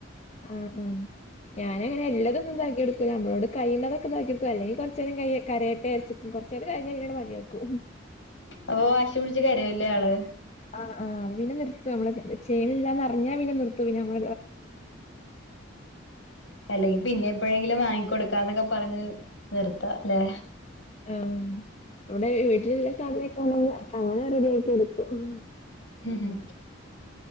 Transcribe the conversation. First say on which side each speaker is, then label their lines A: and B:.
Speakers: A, on the left (about 35°); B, on the left (about 70°).
A: ആആ ഞാന അങ്ങനെ അല്ലാതൊന്നുംഇണ്ടാക്കി കൊ ടുക്കൂല നമ്മളോട് കഴണതൊക്കെ ഇണ്ടാക്കി കൊ ടുക്കും അല്ലെങ്ക കുറച്ച നേരം ക കരേട്ട അയച്ചക്കും കുറച്ച നേരം കഴിഞ്ഞൽഞ്ഞങ്ങെ മതിയ ക്കും
B: അപ്പൊ വാശി പിടച്ച്കരയി ല്ലേ ആള്
A: ആ ആ പിനെ നിർത്തു നമ്മള് ചെയേണില്ലാന്ന്റിഞ്ഞാ പിന്നെ നിർത്തു പിന്നെ നമ്മ
B: അല്ലെങ്കിൽ പിന്നെ എപ്പോഴെങ്കിലും വാങ്ങിക്കൊടുക്കാന്നൊക്കെ പറഞ്ഞ് നിർത്ത അല്ലെ
A: ആ ഇവിടെ വീട്ടിലുള്ള സാധനൊക്കെ ആണെങ്കിൽ സാധനം റെഡിയ ആാക്കി എടുക്കും
B: മ് മ്